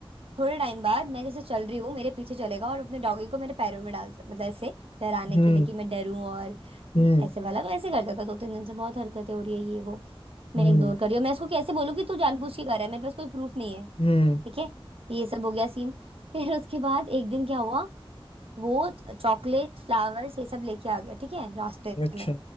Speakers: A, on the right; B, on the left.
A: थोड़े टाइम बाद मैं जैसे चल रही हूँ मेरे पीछे चलेगा और अपने डॉगी को मेरे पैरों में डाल मतलब ऐसे डराने
B: हम्म
A: के लिए
B: हम्म
A: कि मैं डरूं और हम्म,
B: हम्म
A: ऐसे वाला मैं ऐसे करता था दो तीन दिन से बहुत हरकतें हो रही है ये वो मैं
B: हम्म
A: इग्नोर कर रही हूँ मैं इसको कैसे बोलूँ कि तू जानबूझ के कर रहा है मेरे पास कोई प्रूफ नहीं है
B: हम्म,
A: ठीक है ये सब हो गया सीन फिर उसके बाद एक दिन क्या हुआ वो चॉकलेट फ्लावर्स ये सब लेके आ गया ठीक है रास्ते
B: अच्छा
A: में